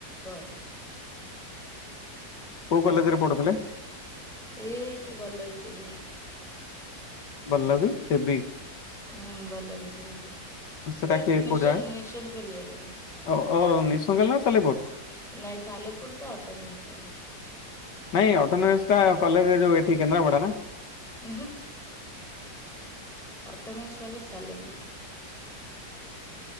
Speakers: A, in the centre; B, on the left.
A: ରହେ।
B: କୋଉ କଲେଜ ରେ ପଢୁଥିଲେ?
A: ଏ ଏଠି ବଲ୍ଲଭିଦେବୀ ରେ।
B: ବଲ୍ଲଭି ସେବି।
A: ହୁଁ ବଲ୍ଲଭିଦେବୀ ରେ।
B: ସେଟା
A: ଏଇଠି
B: କି
A: ନିଶନ୍
B: କୋଉ ଜାଗା?
A: ନିଶନ୍ କଲ ରେ।
B: ଓ ଓ ନିଶୁଙ୍ଗଲ ନା ସାଲେପୁର
A: ନାଇ ସାଲେପୁର ତ ଅଟୋମେନ୍ସ କଲେଜ ଟା।
B: ନାଇଁ ଅଟୋନୋମିସ୍ ଟା କଲେଜ ଯୋଉ ଏଠି କେନ୍ଦ୍ରାପଡା ନା।
A: ଉହୁଁ। ଅଟୋମିନ୍ସ କଲେଜ ସାଲେପୁର ଟା।